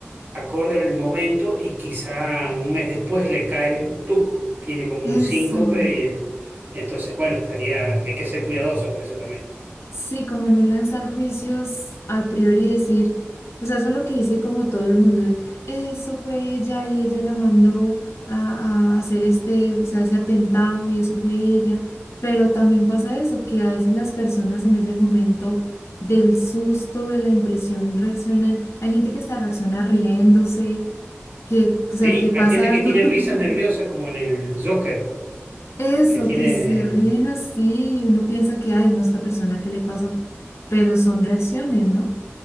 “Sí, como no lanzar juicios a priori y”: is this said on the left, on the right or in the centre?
Left